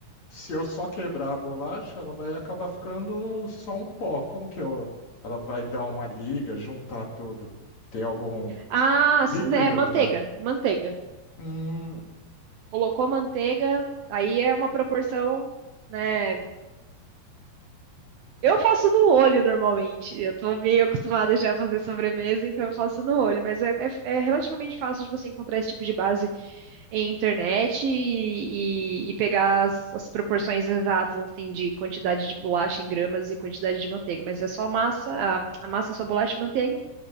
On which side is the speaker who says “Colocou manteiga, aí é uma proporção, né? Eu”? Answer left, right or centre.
Right